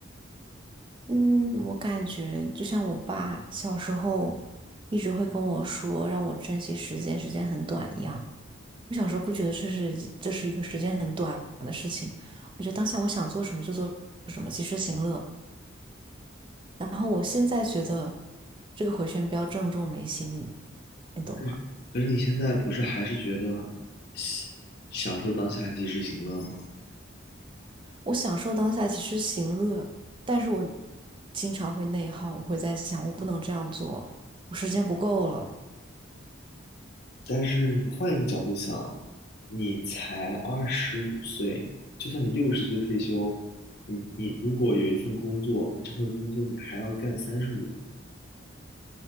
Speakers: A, on the right; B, on the left.
A: 嗯，我感觉就像我爸小时候一直会跟我说，让我珍惜时间，时间很短一样。我小时候不觉得这是这是一个时间很短的事情，我觉得当下我想做什么就做什么，及时行乐。然后我现在觉得这个回旋镖正中眉心，你懂吗？
B: 是可是你现在不是还是觉得喜享受当下及时行乐吗？
A: 我享受当下其实行乐，但是我经常会内耗，我会在想，我不能这样做，我时间不够了。
B: 但是你换一个角度想，你才二十五岁，就算你六十岁退休，你你如果有一份工作，你这份工作你还要干三十五，